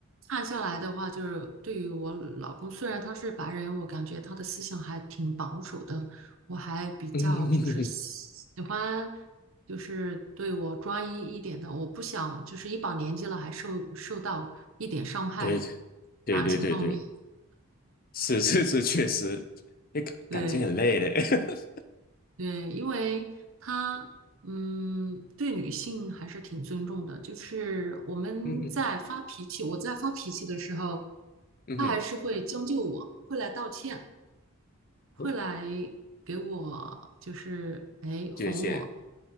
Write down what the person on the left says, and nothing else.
嗯，
<laughs> 对对对对对。
是是是，确实，哎，感情很累嘞。
<laughs>
嗯哼，
嗯哼，
哦
谢谢。